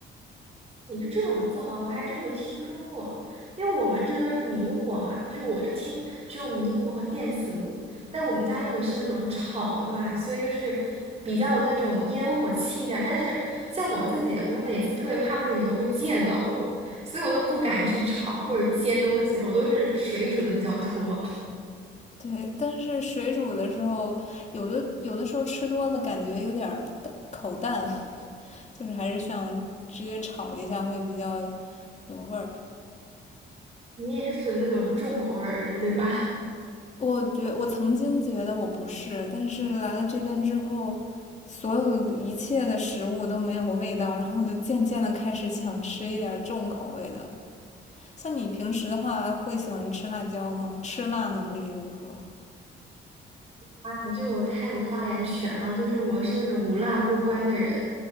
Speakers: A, on the right; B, on the left.
A: 你是这种灶啊，我还真没听说过。因为我们这个是明火嘛，就是我是听只有明火和电磁炉，但我们家用的是那种炒的嘛，所以就是比较有那种烟火气一点。但是像我自己，我每次特别怕那个油会溅到我，所以我都不敢去炒或者煎东西，我都是水煮的比较多。
B: 对，但是水煮的时候，有的有的时候吃多了，感觉有点口淡，<laughs> 就是还是想直接炒一下会比较有味儿。
A: 你也是属于那种重口味儿的人，对吧？<laughs>
B: 我觉我曾经觉得我不是，但是来了这边之后，所有的一切的食物都没有味道，然后我就渐渐的开始想吃一点儿重口味的了。像你平时的话，会喜欢吃辣椒吗？吃辣能力如何？
A: 哎这个我太有发言权了，就是我是那种无辣不欢的人。